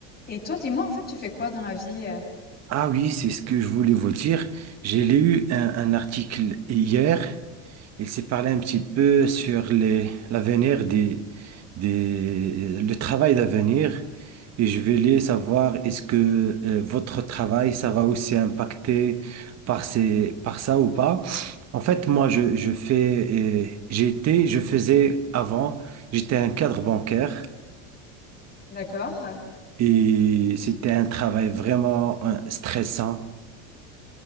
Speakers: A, on the left; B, on the right.
A: Et toi, dis-moi, en fait, tu fais quoi dans la vie? euh
B: Ah oui, c'est ce que je voulais vous dire. J'ai lu un, un article hier. Il s'est parlé un petit peu sur les, l'avenir des, des, le travail d'avenir. Et je voulais savoir, est-ce que euh, votre travail, ça va aussi impacter par ces, par ça ou pas? En fait, moi, je, je fais, euh, j'étais, je faisais avant, j'étais un cadre bancaire
A: D'accord, euh,
B: et c'était un travail vraiment euh, stressant.